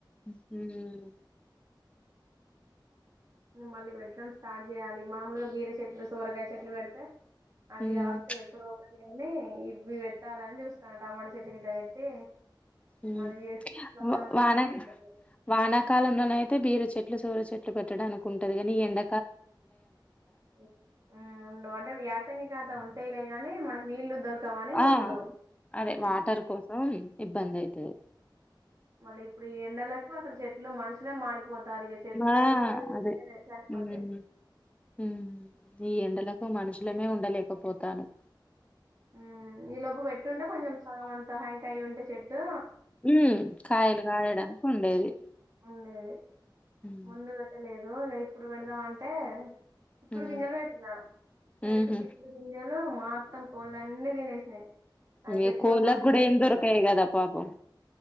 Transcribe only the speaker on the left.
ఊహూ
హ్మ్
ఊ
వ్
వాన వానాకాలంలోనై తే బీర చెట్లు సోర చెట్లు పెట్టడానికుంటది కానీ ఈ ఎండ
ఆ! అదే
వాటర్ కోసం ఇబ్బందయితది.
ఆ! అదే.
హ్మ్. హ్మ్. ఈ ఎండలకు మనుషులమే ఉండలేకపోతానం
హ్మ్. కాయలు గాయడానికుండేది.
హ్మ్.
హ్మ్.
హుహు.
ఇగ
కోళ్ళకి
గూడా
ఏం దొరకయి గదా పాపం.